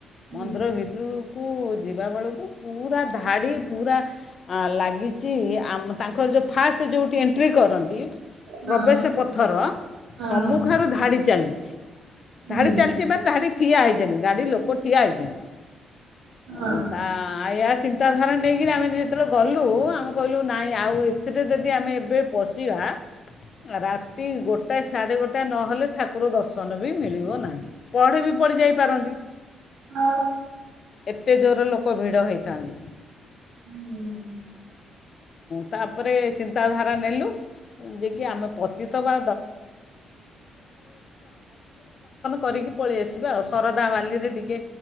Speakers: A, on the left; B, on the right.
A: ମନ୍ଦିର
B: ହୁଁ
A: ଭିତୁରୁକୁ କୁ ଯିବା ବେଳକୁ ପୁରା ଧାଡ଼ି ପୁରା ଲାଗିଚି ଆମ ତାଙ୍କର ଯୋଉ ଫାଷ୍ଟ ଯୋଉଠି ଏଣ୍ଟ୍ରି କରନ୍ତି
B: ହଁ
A: ପ୍ରବେସ ପଥର
B: ହଁ
A: ସମ୍ମୁଖରୁ ଧାଡ଼ି ଚାଲି <unintelligible>
B: ହୁଁ
A: ତାରିଫ୍ ଚାଲଯିବା ଧାଡିରେ ଠିଆ ହେଇତେ ଗାଡ଼ି ଲୋକଠିଆ ହୋଇଚନ୍ତ
B: ହଁ
A: ଉଁ ତା କାଳିଆ ଚିନ୍ତା ଧାରା ନେଇକି ଆମେ ଯେତେ ବେଳେ ଗଲୁ ଆମେ କହିଲୁ ନାଇଁ ଆଉ ଏଥିରେ ଯଦି ଆମେ ଏବେ ପଶିବା ରାତି ଗୋଟାଏ, ସାଢ଼େ ଗୋଟାଏ ନହେଲେ ଠାକୁର ଦର୍ଶନ ବି ମିଳିବ ନାହିଁ। ବଢି ବି ପଡିଯାଇ ପାରନ୍ତି।
B: ଆଉ
A: ଏତେ ଜୋର ଲୋକ ଭିଡ଼ ହୋଇଥାନ୍ତି।
B: ହୁଁ ଉ
A: ତା ପରେ ଚିନ୍ତା ଧାରା ନେଲୁ। ଯେ କି ଆମେ ପତିତପା କରିକି ପଳି ଆସିବା ଆଉ ସରଧା ବାଲିରେ ଟିକେ